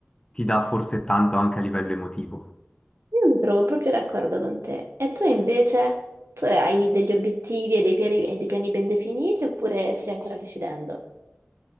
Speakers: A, on the left; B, on the right.
A: ti dà forse tanto anche a livello emotivo.
B: Io mi trovo proprio d'accordo con te. E tu invece? Tu hai degli obiettivi e dei piani, e dei piani ben definiti oppure stai ancora decidendo?